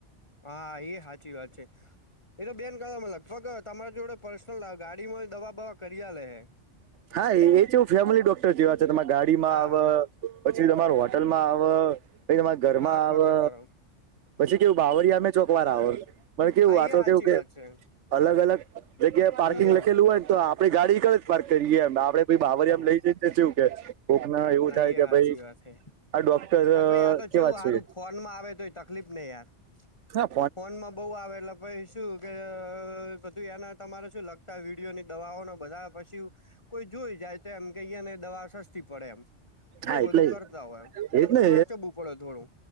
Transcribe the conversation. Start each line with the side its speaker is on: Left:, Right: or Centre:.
Left: હા એ સાચી વાત છે, એ તો બેન કાળામાં લગભગ તમારા જોડે પર્સનલ આ ગાડીમાંય દવાબવા કર્યા લે હે
Right: હા એ જેવું ફેમિલી ડોક્ટર જેવા છે તમે ગાડીમાં
Left: હા
Right: આવે પછી તમાર હોટલ માં આવે પછી તમારા ઘરમાં
Left: હા
Right: આવે
Left: ખરો ખરો
Right: પછી કેવું બાવરિયામે ચોકવાર આવોર પણ કેવું
Left: હા
Right: આતો
Left: એ સાચી
Right: કેવું કે
Left: વાત છે
Right: અલગ અલગ જગ્યાએ પાર્કિંગ
Left: હમ હમ
Right: લખેલું
Left: હ
Right: હોય ને તો આપણી ગાડી કડ જ પાર્ક કરીએ આપડે બાવર આમ
Left: હ
Right: લઈ જઈ કે કોક ના એવું થાય
Left: એ
Right: કે
Left: સાચી
Right: ભાઈ આ
Left: વાત છે
Right: ડો આ ડોકટર
Left: અને પછ આ તો કેવું
Right: કેવા
Left: સારું
Right: છે
Left: ફોનમાં આવે તો એ તકલીફ નહી યાર
Right: હા
Left: ફોનમાં બઉ આવે એટલે પાઈ શું કે બધું એના તમારે શું લખ વિડીયો ની દવાઓને બધા પશી કોઈ જોઈ જાય તો એમ કે અહીયા ને દવા સસ્તી પડે એમ એવું
Right: હા એટલે
Left: બધું કરતા હોય એમ એટલે
Right: એજ
Left: બધું
Right: ને
Left: હા ચવું પડે થોડું